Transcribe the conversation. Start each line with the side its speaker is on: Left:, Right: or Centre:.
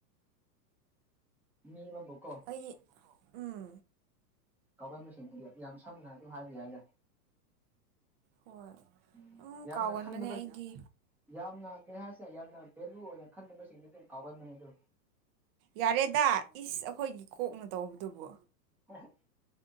Centre: ꯃꯤꯅꯕꯣꯛꯀꯣ
Right: ꯑꯩ ꯎꯝ
Centre: ꯀꯥꯎꯒꯟꯕꯁꯤꯡꯗꯨꯗꯤ ꯌꯥꯝ ꯁꯝꯅ ꯑꯗꯨ ꯍꯥꯏꯕ ꯌꯥꯏꯅ
Right: ꯍꯣꯏ
Centre: ꯎꯝ ꯌꯥꯝꯅ
Right: ꯀꯥꯎꯒꯟꯕꯅꯦ
Centre: ꯈꯟꯕꯕꯖꯤ
Right: ꯑꯩꯗꯤ
Centre: ꯌꯥꯝꯅ ꯀꯩ ꯍꯥꯏꯁꯦ ꯌꯥꯝꯅ ꯚꯦꯂꯨ ꯑꯣꯏꯅ ꯈꯟꯅꯕꯁꯤꯡꯗꯨ ꯑꯗꯨꯝ ꯀꯥꯎꯒꯟꯕꯅꯦ ꯑꯗꯨ
Right: ꯌꯥꯔꯦꯗ ꯏꯁ ꯑꯩꯈꯣꯏꯒꯤ ꯀꯣꯛꯅ ꯇꯧꯕꯗꯨꯕꯨ
Centre: ꯍ <unintelligible>